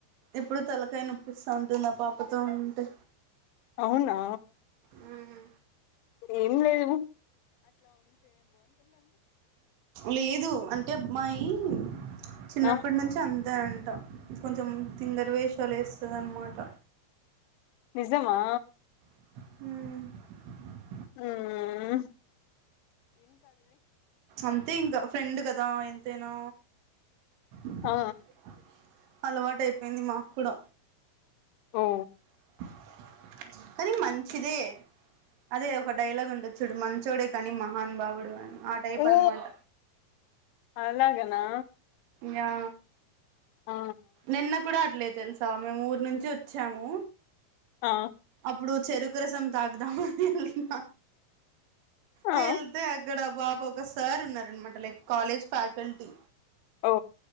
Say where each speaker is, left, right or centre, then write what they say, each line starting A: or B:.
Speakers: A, on the right; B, on the left.
A: ఎప్పుడు తలకాయ నొప్పిస్తా ఉంటుంది ఆ పాపతో ఉంటే
B: అవునా
A: మ్మ్
B: ఏం లేవు
A: లేదు అంటే అమ్మాయి చిన్నప్పటి
B: ఆ
A: నుంచి అంతే అంటా కొంచెం తింగరి వేషాలు వేస్తది అన్నమాట
B: నిజమా
A: మ్
B: మ్
A: అంతే ఇంక ఫ్రెండ్ కదా ఎంతైనా <inaudible>
B: ఆ
A: అలవాటైపోయింది మా కుడ
B: ఓ
A: <unintelligible> కానీ మంచిదే అదే ఒక డైలాగ్ ఉంటదిచుడు మంచోడే కానీ మహాను బావుడు అని ఆ టైప్
B: ఓ
A: అనమాట
B: అలాగనా
A: యా
B: ఆ
A: నిన్న కూడా అట్లే తెలుసా మేము ఊరు నుంచి వచ్చాము
B: ఆ
A: అప్పుడు చెరుక్ రసం తాగుదామని వెళ్లిన
B: ఆ
A: వెళ్తే అక్కడ బాప ఒకసారి ఉన్నారన్నమాట లైక్ కాలేజ్ ఫ్యాకల్టీ
B: ఓ